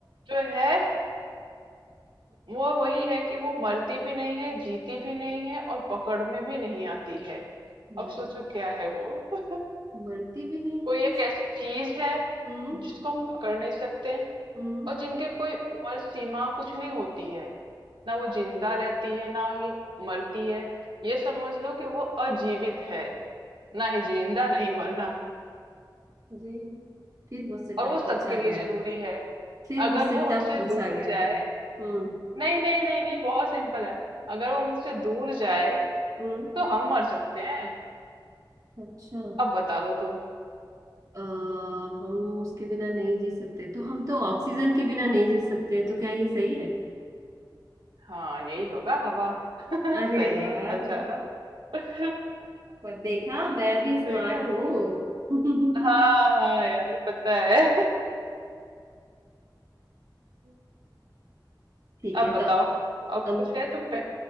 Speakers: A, on the right; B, on the right.
A: जो है वो वही है कि वो मरती भी नहीं है जीती भी नहीं है और पकड़ में भी नहीं आती है
B: मर,
A: अब सोचो क्या है वो <laughs>
B: मरती भी नहीं
A: कोई
B: है
A: एक ऐसी चीज है
B: हम्म
A: जिसको हम पकड़ नहीं सकते
B: हम्म
A: और जिनके कोई उम्र सीमा कुछ नहीं होती है ना वो जिंदा रहती है ना ही मरती है ये समझ लो कि वो अजीवित है ना ही जिंदा नहीं मरना
B: अरे फिर मुझसे
A: और
B: टफ
A: वो सबके
B: पूछा
A: लिए
B: गया
A: जरूरी
B: है
A: है
B: फिर
A: अगर
B: मुझसे
A: वो हमसे
B: टफ पूछा
A: दूर
B: गया
A: जाए
B: है हम्म
A: नहीं नहीं नहीं नहीं बहुत सिंपल है अगर वो मुझसे दूर जाए
B: हम्म
A: तो हम मर सकते हैं
B: अच्छा
A: अब बता दो तुम
B: आ, हम उसके बिना नहीं जी सकते तो हम तो ऑक्सीजन के बिना नहीं जी सकते तो क्या ये सही है
A: हाँ यही होगा हवा <laughs>
B: अरे
A: सही
B: वाह
A: पहचाना <laughs>
B: पर देखा मैं भी
A: देखा
B: स्मार्ट हूँ <laughs>
A: हाँ हाँ यार पता है <laughs>
B: ठीक
A: अब
B: है
A: बताओ
B: तो
A: अब
B: अब
A: कुछ है तुम पे